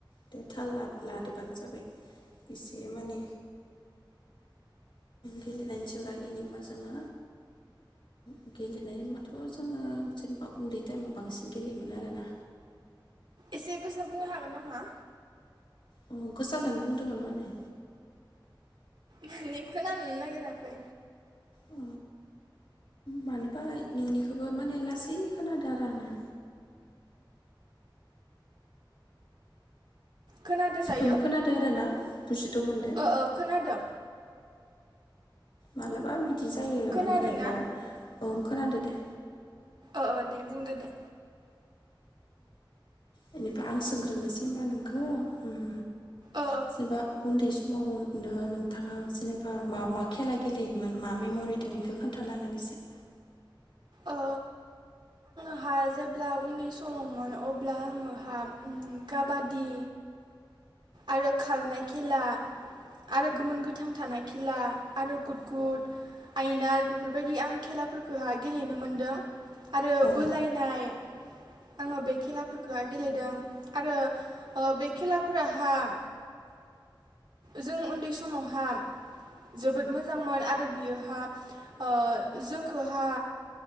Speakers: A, on the left; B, on the right.
A: दे थाल ला लादोबानो जाबाय एसे माने गेलेनायनि सायाव रायलायनि होमबा जोङो। ओ गेलेनाय होनबाथ जोङो जेनेबा उन्दै टाइमाव बांसिन गेलेयोमोन आरोना।
B: एसे गोसा बुंनो हागोन नामा?
A: औ गोसाखौ बुंदोंमोन माने
B: माने खोनानो नागिराखै।
A: अ मानोबा नोंनिखौबो माने लासै खोनादों आरो आङो।
B: खोनादों
A: जिखुनु
B: दायो
A: खोनादों आरो ना बुजिथ मोनदो।
B: ओ ओ खोनादों
A: मालाबा बिदि जायो
B: खोनादों
A: माने एपाव
B: ना
A: औ खोनादों दे
B: ओ ओ दे बुंदो दे
A: बेनिफ्राय आं सोंग्रोनोसै होनबा नोंखौ उम
B: ओ
A: जेनेबा उन्दै समाव नोङो नोंथाङा जेनेबा मा मा खेला गेलेयोमोन मा मेमरि दं बेखौ खोन्थानो हागोन एसे
B: ओ आंहा जेब्ला उन्दै समावमोन अब्ला आङोहा ओ काबादि आरो खारनाय खेला आरो गोमोन गोथां थानाय खेला आरो गुदखुद आयनार बेफोरबायदि आं खेलाफोरखौहाय गेलेनो मोनदों। आरो
A: औ
B: बोलायनाय आङो बे खेलाफोरखोहाय गेलेदों आरो ओ बे खेलाफोरा हा जों उन्दै समावहा जोबोद मोजांमोन आरो बियोहा ओ जोंखौहा